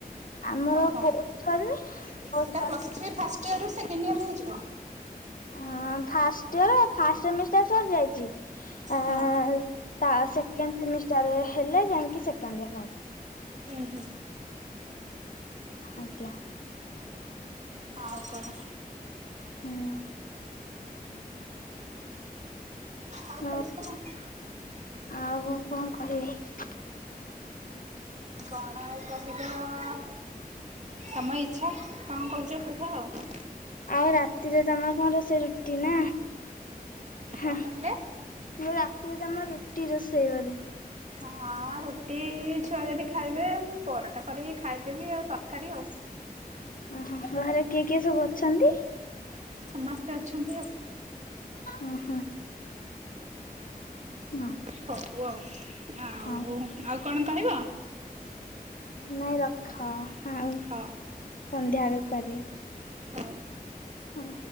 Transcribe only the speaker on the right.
ହଁ ହଁ
ଏଇଟା ପ୍ଲସ୍ ଥ୍ରୀ ଫାଷ୍ଟ ଇଅରରୁ ସେକଣ୍ଡ ଇୟର ହେଇଯିବ?
ହଁ।
ହୁଁ ହୁଁ।
ଆଉ କଣ?
ଆଉ
କଣ କୁହ?
କଣ ଆଉ କ କହିବ ହଁ। ତମ ଇଚ୍ଛା, କଣ କହୁଛ କୁହ ଆଉ।
କଣ
କହିଲେ?
ହଁ। ରୁଟି ଛୁଆ ଯଦି ଖାଇବେ, ମୁଁ ପରଟା କରିକି ଖାଇଦେବି ଆଉ ତରକାରୀ ଆଉ।
ସମସ୍ତେ ଅଛନ୍ତି ଆଉ।
ହଉ ଆଉ,
ଆଉ କଣ କହିବ?
ହଁ।
ହଉ।